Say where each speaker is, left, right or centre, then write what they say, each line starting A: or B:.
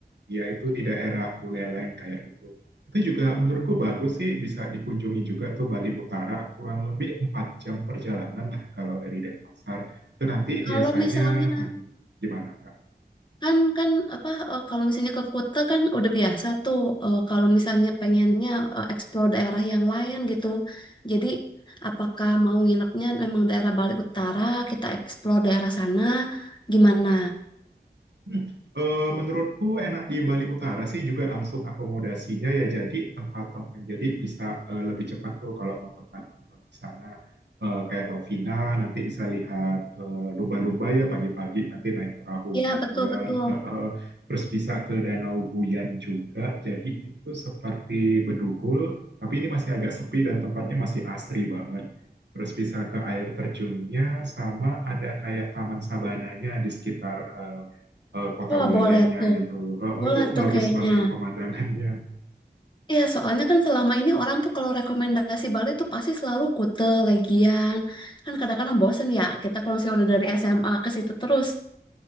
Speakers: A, on the right (about 90°); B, on the left (about 25°).
A: ya itu di daerah Buleleng kayak gitu. Itu juga menurutku bagus sih, bisa dikunjungi juga tuh Bali Utara. Kurang lebih empat jam perjalanan lah kalau dari Denpasar. Itu nanti
B: Kalau
A: biasanya
B: misalnya
A: mm, gimana Kak?
B: Kan kan apa eh, kalau misalnya ke Kuta kan udah biasa tuh eh, kalau misalnya pengennya eh, explore daerah yang lain gitu. Jadi apakah mau nginepnya memang daerah Bali Utara, kita explore daerah sana gimana?
A: Hmm, eh, menurutku enak di Bali Utara sih juga langsung akomodasinya ya jadi tempat tempat jadi bisa eh, lebih cepat tuh kalau mau tempat tempat di sana Eh, kayak Lovina nanti bisa lihat eh, lumba-lumba ya pagi-pagi nanti naik perahu
B: Iya,
A: nelayan
B: betul betul.
A: Eh, eh, terus bisa ke Danau Buyan juga jadi itu seperti Bedugul tapi ini masih agak sepi dan tempatnya masih asri banget terus bisa ke air terjunnya sama ada kayak taman sabananya di sekitar eh, eh, kota
B: Wah,
A: Bulelengnya
B: boleh tuh.
A: gitu. Eh, eh,
B: Boleh
A: itu
B: tuh
A: bagus
B: kayaknya.
A: banget pemandangannya.
B: Iya, soalnya kan selama ini orang tuh kalau rekomendasi Bali tuh pasti selalu Kuta, Legian. Kan kadang-kadang bosen ya kita kalau misalnya udah dari SMA ke situ terus.